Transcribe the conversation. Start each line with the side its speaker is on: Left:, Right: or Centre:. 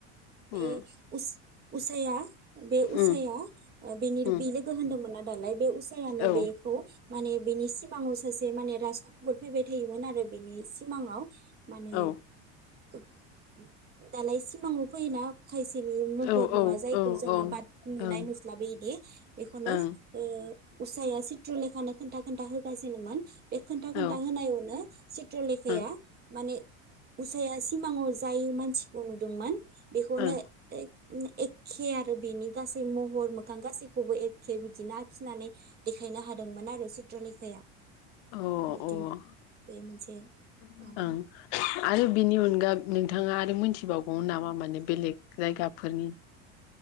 Left: उम
Right: बे उस उसाया बे
Left: उम
Right: उसाया बेनि
Left: उम
Right: बिलोगो होनदोंमोन। दालाय बे उसायानो
Left: औ
Right: बेखौ माने बेनि सिमांनि सासे माने राजखुंगुर फैबाय थायोमोन आरो बेनि सिमाङाव। माने
Left: औ
Right: <inaudible> दालाय सिमाङाव फैयोना खायसेनि महर
Left: औ
Right: नुवा
Left: औ
Right: जायखौ
Left: औ
Right: जोङो
Left: औ ओं
Right: बाद नुनाय
Left: ओं उम
Right: नुस्लाबि इदि बेखौनो
Left: औ
Right: ओ उसाया सित्रलेखानो खोनथा खोनथा होगासिनोमोन। बे खोनथा खोनथा
Left: ओं
Right: होनायावनो सित्रलेखाया
Left: औ ओं
Right: माने उसाया सिम फांङाव जाय मानसि खौ नुदोंमोन बेखौनो
Left: अ
Right: उम एखे आरो बेनि गासै महर मोखां गासैखौबो एखे बिदिनो आखिनानै देखायनो हादोंमोन आरो चित्रलेखाया।
Left: अ औ
Right: बिदिनो बे मोनसे
Left: ओं
Right: औ
Left: आरो बिनि अनगा नोंथांङा मिथिबावगौमोन नामा माने बेलेग जायगाफोरनि